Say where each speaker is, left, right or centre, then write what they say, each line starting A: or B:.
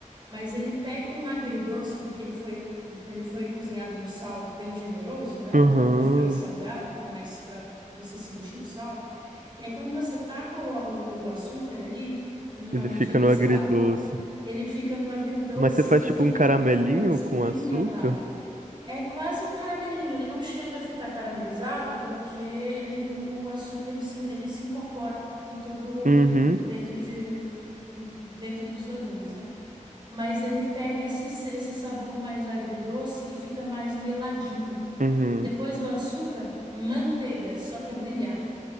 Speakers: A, on the right; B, on the right.
A: Mas ele pega um agridoce, porque ele foi, ele foi cozinhado no sal bem generoso, né?
B: uhum,
A: Não pra ficar salgado, mas pra você sentir o sal. E aí, quando você taca o, a- o, o açúcar ali, numa
B: ele
A: medida,
B: fica no
A: sei
B: agridoce.
A: lá, ele fica no agridoce
B: Mas você faz
A: e
B: tipo
A: fica
B: um caramelinho
A: um agridoce
B: com
A: bem
B: açúcar?
A: melado. É quase um caramelinho, ele não chega a ficar caramelizado porque ele, o, o açúcar ele se, ele se incorpora em todo,
B: Uhum.
A: em- dentro de, em- dentro dos legumes, né? Mas ele pega esse, esse sabor mais agridoce e fica mais meladinho.
B: Uhum.
A: Depois do açúcar, manteiga, só para brilhar.